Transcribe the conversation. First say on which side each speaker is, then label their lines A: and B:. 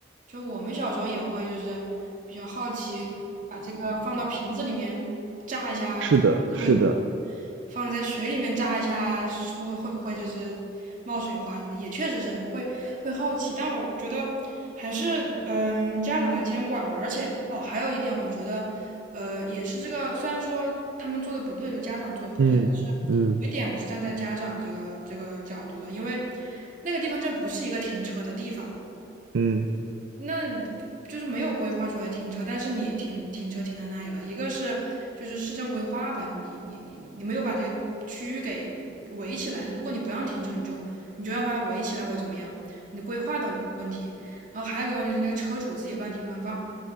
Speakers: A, on the right; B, on the right.
A: 就我们小时候也会就是比较好奇，把这个放到瓶子里面炸一下，
B: 是的，
A: 就瓶子会怎么样放在水里面炸一下，
B: 是的，
A: 会会不会就是冒水花什么？也确实是会会好奇，但我觉得还是嗯家长的监管吧。而且哦，还有一点，我觉得呃也是这个，虽然说他们做的不对，就家长做的不对。
B: 嗯嗯
A: 有一点我是站在家长这个这个角度的，因为那个地方这不是一个停车的地方，
B: 嗯，
A: 那就是没有规划出来停车，但是你停停车停到那里了，一个是就是市政规划吧，你你你你没有把这个区域给围起来，如果你不让停车，你就你就要把它围起来或者怎么样，你的规划的问题，然后还有一个问题就是那个车主自己乱停乱放，